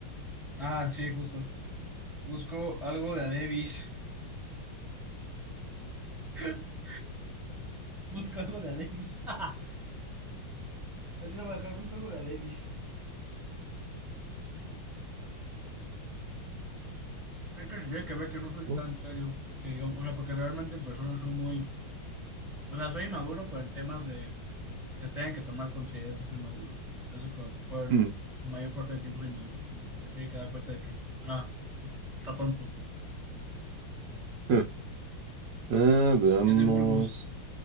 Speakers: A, in the centre; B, on the right.
A: Ah, sí, justo. Busco algo de a Davis <laughs> Busco algo de a Davis <laughs> Así lo voy a dejar, busco algo de a Davis Es que se tiene que ver que no soy
B: ¿no?
A: tan serio, que digamos, o sea, porque realmente en persona soy muy, o sea, soy inmaduro, pero en temas de que tengan que tomar consideración sí soy maduro. Entonces, por, por
B: Mm,
A: mayor parte del tiempo soy maduro. Entonces, te tiene que dar cuenta de que, ah, <laughs> está tonto,
B: ah, ah, veamos.
A: es de bulbos.